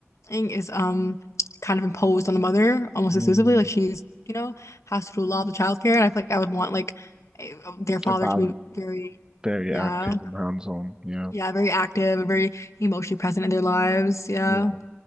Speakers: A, on the left; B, on the right.
A: thing is um kind of imposed on the mother almost
B: Mm,
A: exclusively. Like she's, you know, has to do a lot of the childcare, and I feel like I would want like a- their father
B: a balance.
A: to be very,
B: Very
A: yeah,
B: active and hands-on. Yeah.
A: yeah, very active and very emotionally present in their lives. Yeah,
B: Yeah.